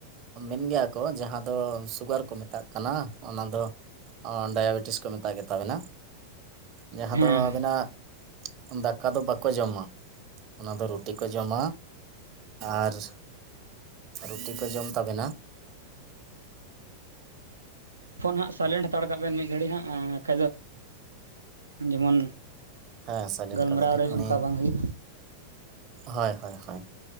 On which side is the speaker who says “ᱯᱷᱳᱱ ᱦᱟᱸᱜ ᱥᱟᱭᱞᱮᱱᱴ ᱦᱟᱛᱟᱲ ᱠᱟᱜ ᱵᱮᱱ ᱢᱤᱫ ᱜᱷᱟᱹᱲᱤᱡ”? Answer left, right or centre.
Right